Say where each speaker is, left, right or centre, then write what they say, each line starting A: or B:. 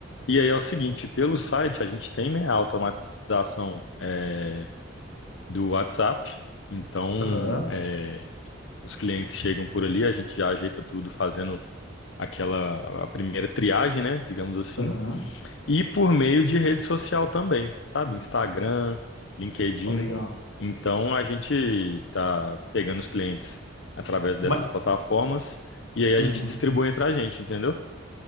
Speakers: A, on the left (about 65°); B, on the left (about 80°).
A: E aí é o seguinte, pelo site a gente tem, né, a automatização é, do WhatsApp. Então,
B: Aham,
A: é, os clientes chegam por ali, a gente já ajeita tudo fazendo aquela a primeira triagem, né, digamos assim,
B: aham,
A: e por meio de rede social também, sabe? Instagram, LinkedIn.
B: ó, legal.
A: Então, a gente está pegando os clientes através dessas
B: Ma-
A: plataformas e aí
B: uhum.
A: a gente distribui entre a gente, entendeu?